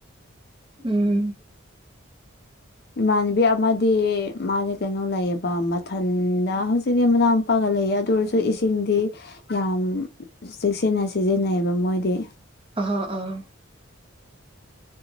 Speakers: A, on the right; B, on the left.
A: ꯎꯝ
B: ꯏꯃꯥꯟꯅꯕꯤ ꯑꯃꯗꯤ ꯃꯥꯗꯤ ꯀꯩꯅꯣ ꯂꯩꯌꯦꯕ ꯃꯊꯟꯗ ꯍꯧꯖꯤꯛꯤ ꯃꯅꯥ ꯃꯄꯥꯒ ꯂꯩꯌꯦ ꯑꯗꯨ ꯑꯣꯏꯔꯁꯨ ꯏꯁꯤꯡꯗꯤ ꯌꯥꯝ ꯆꯦꯛꯁꯤꯟꯅ ꯁꯤꯖꯤꯟꯅꯩꯌꯦꯕ ꯃꯣꯏꯗꯤ
A: ꯑ ꯑꯥ